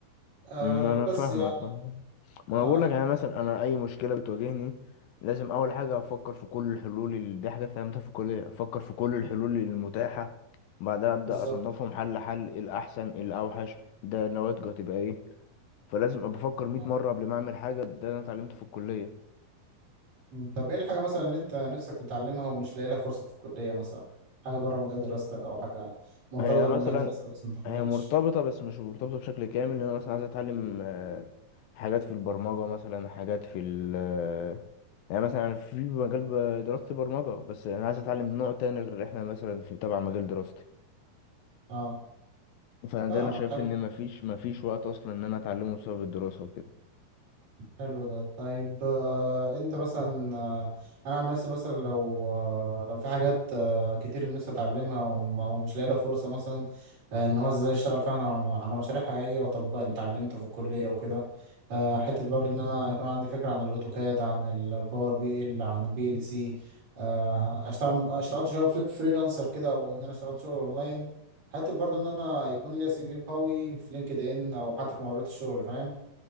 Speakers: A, on the right; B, on the left.
A: آه
B: ما انا
A: بس
B: فاهمك
A: يعني
B: فاهمك ما
A: آه
B: انا بقول لك يعني مثلا انا اي مشكلة بتواجهني لازم اول حاجة افكر في كل الحلول ال- دي حاجة اتعلمتها في الكلية افكر في كل الحلول المتاحة بعدها ابدا
A: بالظبط
B: اصنفهم حل حل إيه الاحسن إيه الاوحش ده نواتجه هتبقى ايه فلازم ابقى افكر 100
A: آه.
B: مرة قبل ما اعمل حاجة ده انا اتعلمته في الكلية
A: م. طب إيه الحاجة مثلا اللي أنت نفسك تتعلمها ومش لاقي لها فرصة في الكلية مثلا؟ حاجة بره مجال دراستك أو حاجة مرتبطة
B: هي مثلا
A: بمجال دراستك بس ما تاخدهاش
B: هي مرتبطة بس مش مرتبطة بشكل كامل ان انا مثلا عايز اتعلم آه، حاجات في البرمجة مثلا حاجات في ال آه، يعني مثلا انا في مجال ب- دراستي برمجة بس انا عايز اتعلم نوع تاني غير احنا مثلا في تبع مجال دراستي
A: آه
B: فانا
A: فاهمك
B: ده انا شايف
A: حلو
B: ان مفيش مفيش وقت اصلا ان انا اتعلمه بسبب الدراسة وكده
A: حلو ده طيب آه، انت مثلا آه، انا عن نفسي مثلا لو آه، لو في حاجات آه، كتير نفسي اتعلمها وم- ومش لاقي لها فرصه مثلا آه، ان هو ازاي اشتغل فعلا على على مشاريع حقيقيه واطبق اللي اتعلمته في الكليه وكده آه، حته برضو ان انا يكون عندي فكره عن الاوتوكاد عن الباور بي ال عن البي ال سي آه، اشتغل اشتغلت شويه فري- فريلانسر كده او ان انا اشتغلت شغل اونلاين حتى برضو ان انا يكون ليا سي في قوي في لينكد ان او حتى في مقابلات الشغل فاهم